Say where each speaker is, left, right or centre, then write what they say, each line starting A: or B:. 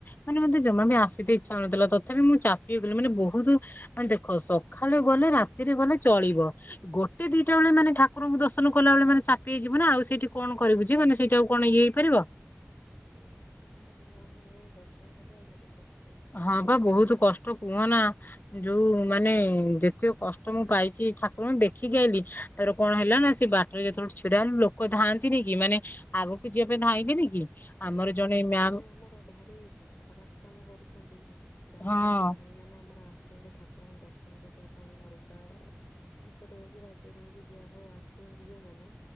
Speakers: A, on the left; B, on the left.
A: ମାନେ ମତେ ଜମା ବି ଆସିତେ ଇଚ୍ଛା ହୋଉନଥୁଲା। ତଥାପି ମୁଁ ଚାପି ହେଇଗଲିି ମାନେ ବୋହୁତ ମାନେ ଦେଖ ସଖାଳେ ଗଲେ ରାତିରେ ଗଲେ ଚଳିବ ଗୋଟେ ଦିଟା ଓଳେ ମାନେ ଠା କୁରଙ୍କୁ ଦର୍ଶନ କଲା ବେଳେ ମାନେ ଚାପି ହେଇଯିବୁ ନାଁ ଆଉ ସେଇଠି କଣ କରିବୁ ଯେ ମାନେ ସେଇଠି ଆଉ କଣ ଆଉ ଇଏ ହେଇପାରିବ?
B: ଇଏ ଛୋଟ ଛୋଟ ପିଲାମାନେ ଯାଇଁକି ଦର୍ଶନ କରିବା ଭାରି କଷ୍ଟ।
A: ହଁ ପା ବୋହୁତ କଷ୍ଟ କୁହନା ଯୋଉ ମାନେ ଯେତିକ କଷ୍ଟ ମୁଁ ପାଇକି ଠାକୁରଙ୍କୁ ଦେଖିକି ଆଇଲି ତାର କଣ ହେଲା ନାଁ ସେ ବାଟରେ ଯେତୋଳୁ ଛିଡା ହେଲୁ ଲୋକ ଧାଆନ୍ତିନେଇ କି ମାନେ ଆଗକୁ ଯିବା ପାଇଁ ଧାଇଲେନି କି?
B: ମାନେ
A: ଆମର
B: ଏଠି
A: ଜଣେ
B: ପଣ୍ଡାମାନେ
A: ମ୍ୟାମ
B: ଆମର ଭାରି ଖରାପ କାମ କରୁଛନ୍ତି। ବାହାରୁ
A: ହଁ
B: ଯୋଉ ଭାଇମାନେ ଆମର ଆ ସନ୍ତି ଠାକୁରଙ୍କୁ ଦର୍ଶନ କରିବା ପାଇଁ ଅଲଗା ଦେଶରେ ହୋଉ କି ରାଜ୍ୟରେ ହୋଉ କି ଜୁଆଡୁ ହୋଉ ଆସୁଚନ୍ତି ଯୋଉମାନେ